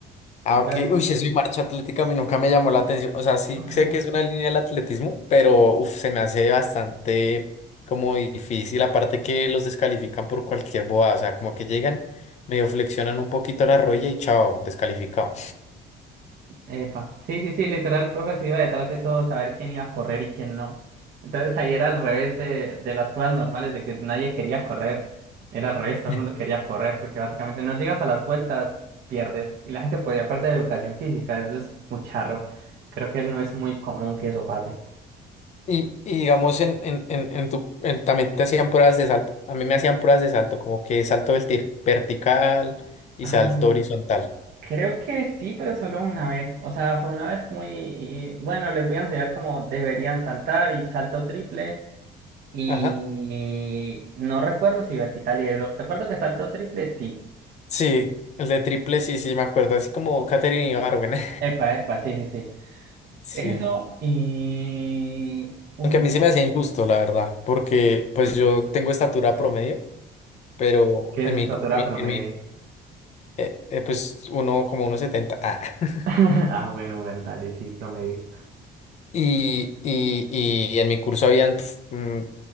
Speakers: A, on the left; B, on the right.
A: Ah,
B: Entonces,
A: ok. Uy, si soy marcha atlética, a mí nunca me llamó la atención. O sea, sí
B: no, no,
A: sé
B: no.
A: que es una línea del atletismo, pero uf, se me hace bastante como difícil. Aparte que los descalifican por cualquier bobada. O sea, como que llegan, medio flexionan un poquito la rodilla y chao, descalificado.
B: Epa, sí, sí, sí, literal el profe se iba detrás de todo, saber quién iba a correr y quién no. Entonces ahí era al revés de, de las pruebas normales, de que nadie quería correr. Era al revés, todo
A: <laughs>
B: el mundo quería correr, porque básicamente no llegas a las vueltas, pierdes. Y la gente podía perder educación física, eso es muy charro. Creo que no es muy común que eso pase.
A: Y, y digamos, en, en, en, en tu, en- también te hacían pruebas de salto. A mí me hacían pruebas de salto, como que salto verti- vertical y
B: Ah,
A: salto horizontal.
B: creo que sí, pero solo una vez. O sea, fue una vez muy... y- bueno, les voy a enseñar cómo deberían saltar y salto triple. Y
A: Ajá.
B: no recuerdo si vertical y eso. Recuerdo que salto triple, sí.
A: Sí, el de triple, sí, sí, me acuerdo. Así como Katherine Ibargüen. <laughs>
B: Epa, epa, sí, sí, sí.
A: Sí.
B: Eso y... Uy,
A: Aunque a mí
B: dale,
A: se me hacía injusto, la verdad, porque pues yo tengo estatura promedio, pero
B: ¿qué
A: en
B: es estatura
A: mi, co- mi-
B: promedio?
A: en mi eh, eh, pues uno como 1,70. ah. <laughs>
B: <laughs> Ah, bueno, bueno, dale, sí, promedio.
A: Y, y, y en mi curso habían pf, mm,